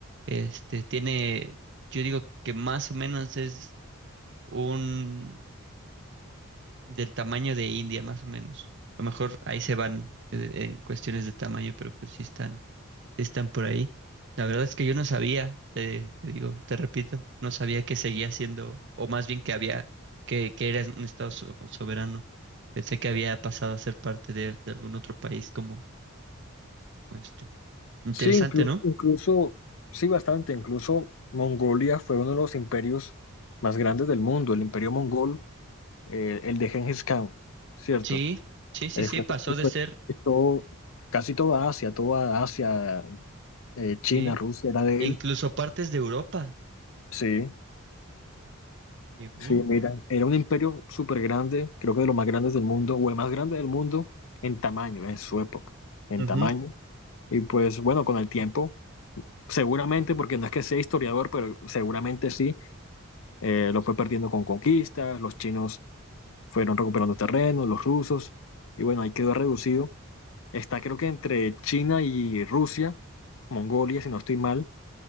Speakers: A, on the right; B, on the left.
A: Este, tiene, yo digo que más o menos es un del tamaño de India, más o menos. A lo mejor ahí se van eh, en cuestiones de tamaño, pero pues sí están, sí están por ahí. La verdad es que yo no sabía, te, te digo, te repito, no sabía que seguía siendo, o más bien que había, que, que era un estado so- soberano. Pensé que había pasado a ser parte de, de algún otro país como esto. Interesante,
B: Sí, incluso,
A: ¿no?
B: incluso, sí, bastante, incluso Mongolia fue uno de los imperios más grandes del mundo, el imperio mongol, eh, el de Genghis Khan, ¿cierto?
A: Sí, sí, sí,
B: Él
A: sí,
B: fue,
A: pasó
B: él
A: de
B: fue-
A: ser,
B: todo, casi toda Asia, toda Asia, eh, China,
A: sí,
B: Rusia era de
A: incluso
B: él,
A: partes de Europa
B: sí.
A: llegó.
B: Sí, mira, era un imperio súper grande, creo que de los más grandes del mundo, o el más grande del mundo en tamaño, en su época, en
A: Ujú.
B: tamaño. Y pues bueno, con el tiempo, seguramente, porque no es que sea historiador, pero seguramente sí, eh, lo fue perdiendo con conquistas, los chinos fueron recuperando terreno, los rusos, y bueno, ahí quedó reducido. Está creo que entre China y Rusia, Mongolia, si no estoy mal,